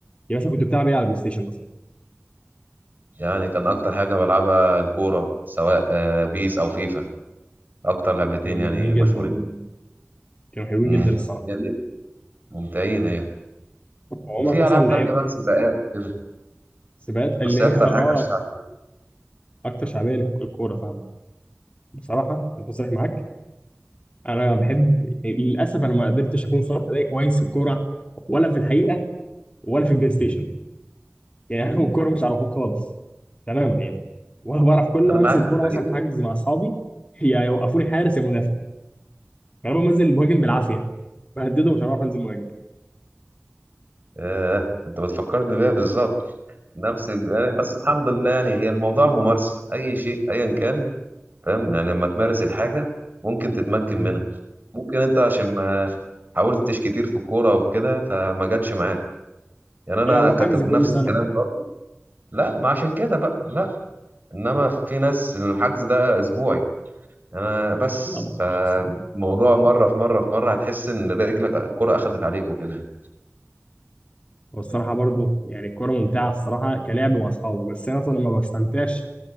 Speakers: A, on the left; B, on the right.
A: يعني مثلا كنت بتلعب ايه على البلاي ستيشن مثلا
B: يعني كان اكتر حاجه بلعبها الكوره سواء آه، بيس او فيفا اكتر لعبتين
A: كانوا
B: يعني
A: جامدين
B: مشهورين
A: جدا كانوا حلوين
B: امم
A: جدا الصراحه
B: هي دي. ممتعين هي
A: عمرك
B: وفي
A: مثلا
B: العاب
A: لعبت
B: تانية بقى سباقات وكده
A: سباقات
B: بس
A: اللي
B: هي اكتر
A: هي اه
B: حاجه الشعب
A: اكتر شعبيه للكوره فاهمه بصراحه انا بصريح معاك انا بحب يعني للاسف انا ما قدرتش اكون صالح اداء كويس في الكوره ولا في الحقيقه ولا في البلاي ستيشن يعني <laughs> أنا الكوره مش عارفها خالص تماما يعني ولا بعرف كل
B: انا
A: ما
B: معاك
A: انزل كوره
B: في الحقيقه
A: مثلا حجز مع اصحابي يا يوقفوني حارس يا مدافع غالبا بنزل مهاجم بالعافيه بهدده مش هعرف انزل مهاجم
B: آه، انت بتفكرني بيها بالظبط نفس ال- يعني بس الحمد لله يعني هي الموضوع ممارسه اي شيء ايا كان فاهم يعني لما تمارس الحاجه ممكن تتمكن
A: مم.
B: منها ممكن انت عشان ما حاولتش كتير في الكوره وكده فما جاتش معاك يعني انا
A: هي هو
B: كنت
A: حجز
B: نفس
A: كل سنه
B: الكلام برضه لا ما عشان كده بقى لا انما في ناس الحجز ده اسبوعي انا بس
A: لا ما اقدرش
B: فموضوع
A: الصراحه
B: <laughs> مره في مره في مره هتحس ان رجلك الكره اخدت عليك وكده
A: والصراحه برضو يعني الكوره ممتعه الصراحه كلعب مع اصحابي بس انا مثلا ما بستمتعش